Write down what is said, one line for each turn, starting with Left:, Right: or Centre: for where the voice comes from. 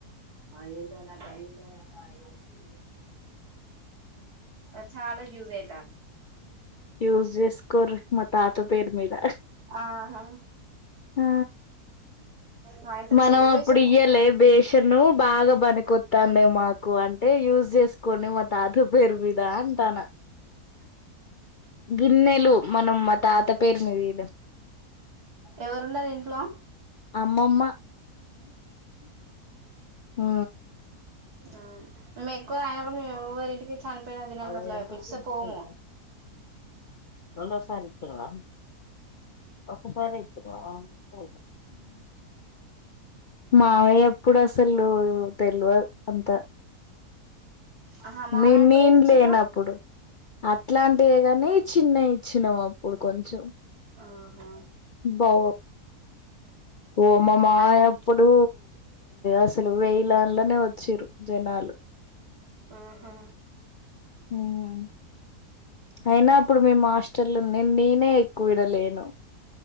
Right: ఆ ఎన్నో నాకా ఏదో నాకా యీ అన్ని నాకి చాలా యూస్ అయితాదీ
Left: ఉస్ చేస్కోరీ మ తాత పేరు మీద
Right: ఆహా
Left: ఆ
Right: మా ఇంట్లో
Left: మనం
Right: చిన్న
Left: అప్పుడు
Right: బేషన్
Left: ఇయ్యాల బెసాను బాగా పనికొత్తాండే మాకు అంటే యూజ్ చేసుకొని మా తాత పేరు మీద తన గిన్నెలు మనం మా తాత పేరుస్తి
Right: ఎవరున్నారు ఇంట్లో
Left: అమ్మమ్మ ఆ
Right: ఆ మేము ఎక్కువ అయినా కూడా మేరి ఇంటికీ నపోనా అదినాలు
Left: మళ్ళ
Right: కట్లే
Left: ఎంత
Right: పెలిసా
Left: ఇచ్చిన
Right: పోము
Left: రందవసాచ్చా ఒకసారి ఇచ్చవ్ మామయ్య అప్పుడు అసలు తెలివ అంత
Right: ఆహా మామయ్య
Left: మినీ
Right: ఎప్పుడు
Left: నేన్
Right: ఏమి ఇచ్చిండు
Left: లేనప్పుడు అట్లాంటివే కానీ చిన్నవి ఇచ్చినాము అప్పుడు కొంచెం
Right: ఆహా
Left: బౌ ఓ మా మామయ్య
Right: ఆయన
Left: అప్పుడు అసలు వేయలా నల్లనే వచ్చిరు జనాలు
Right: ఆహా
Left: ఉమ్ అయినాప్పుడు మేము మీ మాస్టర్లు నేను నేనే ఎక్కువవిడలేను